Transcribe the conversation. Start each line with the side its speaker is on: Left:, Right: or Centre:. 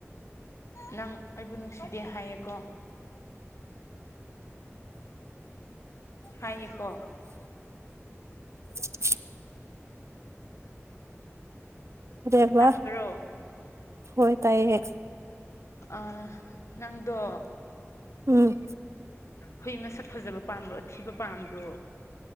Left: ꯅꯪ ꯑꯩꯕꯨ ꯅꯨꯡꯁꯤꯗꯦ ꯍꯥꯏꯌꯦꯀꯣ ꯍꯥꯏꯅꯦꯀꯣ
Right: <unintelligible> ꯗꯦꯕ
Left: ꯇꯥꯕ꯭ꯔꯣ
Right: ꯍꯣꯏ ꯇꯥꯏꯌꯦ
Left: ꯑ ꯅꯪꯗꯣ
Right: ꯎꯝ
Left: ꯍꯨꯏ ꯃꯁꯛ ꯐꯖꯕ ꯄꯥꯝꯕ꯭ꯔꯣ ꯑꯊꯤꯕ ꯄꯥꯝꯕ꯭ꯔꯣ